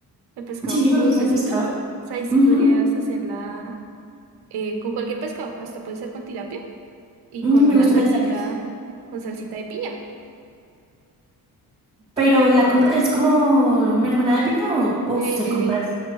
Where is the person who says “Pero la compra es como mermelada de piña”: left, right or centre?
Right